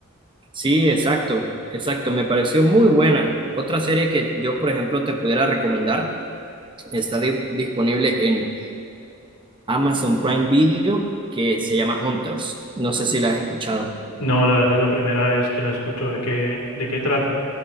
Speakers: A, on the right; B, on the left.
A: Sí, exacto, exacto, me pareció muy buena. Otra serie que yo, por ejemplo, te pudiera recomendar Está di- disponible en Amazon Prime Video, que se llama Hunters. No sé si la has escuchado.
B: No, la verdad es la primera vez que la escucho de qué, de qué trata.